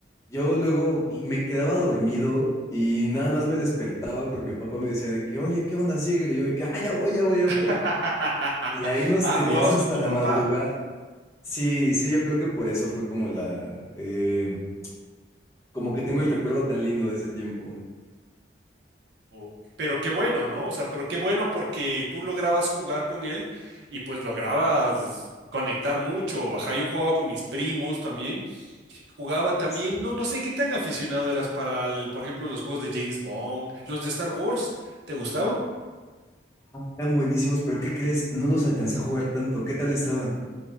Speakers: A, on the left (about 15°); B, on the right (about 70°).
A: yo luego me quedaba dormido y nada más me despertaba porque mi papá me decía de que, oye, ¿qué onda? Síguele. Y yo de que, ah, ya voy, ya voy, ya
B: <laughs>
A: voy. Y ahí nos
B: Ah,
A: tenías
B: jugabas
A: hasta
B: con tu
A: la
B: papá.
A: madrugada. Sí, sí, yo creo que por eso fue como la, eh, como que tengo el recuerdo tan lindo de ese tiempo.
B: O- Pero qué bueno, ¿no? O sea, pero qué bueno porque tú lograbas jugar con él y pues lograbas conectar mucho. Ajá, yo jugaba con mis primos también Jugaba también,
A: Sí.
B: no, no sé qué tan aficionado eras para, el- por ejemplo, los juegos de James Bond, los de Star Wars, ¿te gustaban?
A: Tan buenísimos, pero ¿qué crees? No los alcancé a jugar tanto. ¿Qué tal estaban?